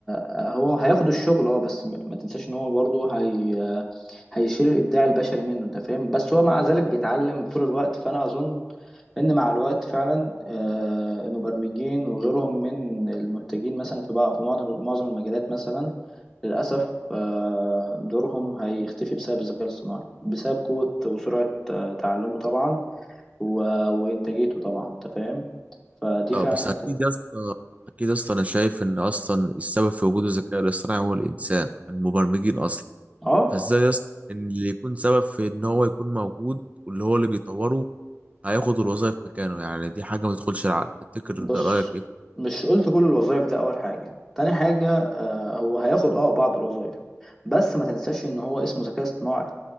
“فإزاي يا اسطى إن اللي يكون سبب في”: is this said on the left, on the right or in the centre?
Right